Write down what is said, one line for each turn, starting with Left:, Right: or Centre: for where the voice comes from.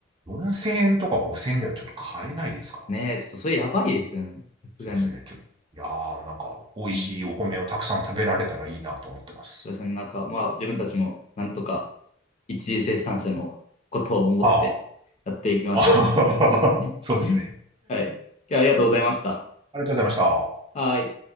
Right: 4000円とか5000円ではちょっと買えないですからね。
Left: ねえ、ちょっとそれやばいですよね。さすがに。
Right: そうですね。ちょ、いやー、なんか美味しいお米をたくさん食べられたらいいなと思ってます。
Left: うん。どうしすねなんかまあ、自分たちもなんとか一次生産者のことを思ってやっていきましょ
Right: ああ。<laughs> あははははそうですね。
Left: う。<laughs> はい。今日はありがとうございました。
Right: ありがとうございました。
Left: はい。